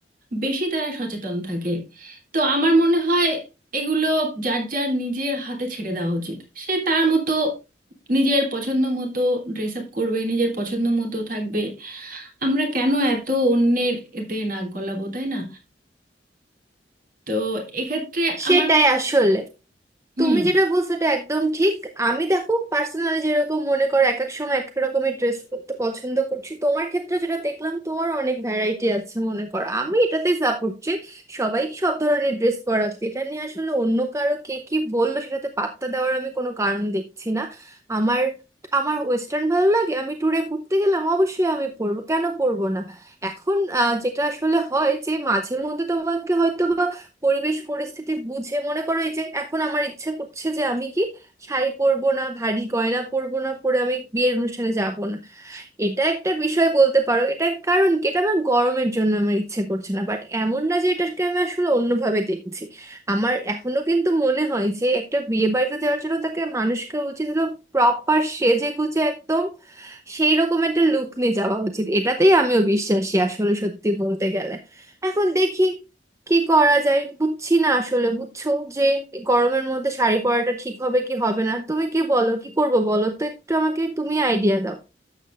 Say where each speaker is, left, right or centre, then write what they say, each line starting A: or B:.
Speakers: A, on the right; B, on the right.
A: বেশি তারা সচেতন থাকে তো আমার মনে হয় এগুলো যার যার নিজের হাতে ছেড়ে দেওয়া উচিত সে তার মতো নিজের পছন্দ মতো ড্রেস আপ করবে নিজের পছন্দ মতো থাকবে আমরা কেন এত অন্যের এতে নাক গলাবো তাই না তো এক্ষেত্রে আমার
B: সেটাই
A: ম-
B: আসলে
A: হুম
B: তুমি যেটা বলছো এটা একদম ঠিক আমি দেখো পার্সোনালি যেরকম মনে করো এক এক সময় এক এক রকমের ড্রেস করতে পছন্দ করছি তোমার ক্ষেত্রে যেটা দেখলাম তোমার অনেক ভ্যারাইটি আছে মনে করো আমি এটাতেই সাপোর্ট যে সবাই সব ধরনের ড্রেস পরা উচিত এটা নিয়ে আসলে অন্য কারো কে কি বললো সেটাতে পাত্তা দেওয়ার আমি কোনো কারণ দেখছি না আমার আমার ওয়েস্টার্ন ভালো লাগে আমি ট্যুরে ঘুরতে গেলাম অবশ্যই আমি পরবো কেন পরবো না এখন আহ, যেটা আসলে হয় যে মাঝে মধ্যে তোমাকে হয়তো পরিবেশ পরিস্থিতি বুঝে মনে করো এই যে এখন আমার ইচ্ছে করছে যে আমি কি শাড়ি পরবো না ভারী গয়না পরবো না পরে আমি বিয়ের অনুষ্ঠানে যাব না এটা একটা বিষয় বলতে পারো এটা কারণ কি এটা আমার গরমের জন্য আমার ইচ্ছে করছে না বাট এমন না যে এটাকে আমি আসলে অন্যভাবে দেখছি আমার এখনো কিন্তু মনে হয় যে একটা বিয়ে বাড়িতে যাওয়ার জন্য তাকে মানুষকে উচিত হলো প্রপার সেজে গুজে একদম সেই রকম একটা লুক নিয়ে যাওয়া উচিত এটাতেই আমিও বিশ্বাসী আসলে সত্যি বলতে গেলে এখন দেখি কি করা যায় বুঝছি না আসলে বুঝছো যে এই গরমের মধ্যে শাড়ি পরাটা ঠিক হবে কি হবে না তুমি কি বলো কি করবো বলো তো একটু আমাকে তুমি আইডিয়া দাও